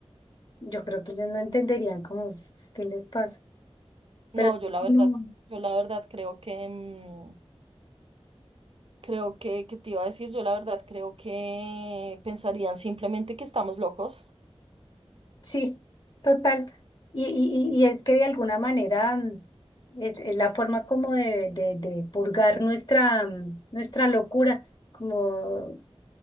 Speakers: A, on the left; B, on the right.
A: Yo creo que ellos no entenderían como "Ustedes, qué les pasa.
B: No,
A: Pero es
B: yo la
A: como,
B: verdad, yo la verdad creo que, mm, creo que, ¿qué te iba a decir? Yo la verdad creo que pensarían simplemente que estamos locos.
A: sí, total. Y, y, y y es que de alguna manera mm, es, es la forma como de, de, de purgar nuestra, mm, nuestra locura como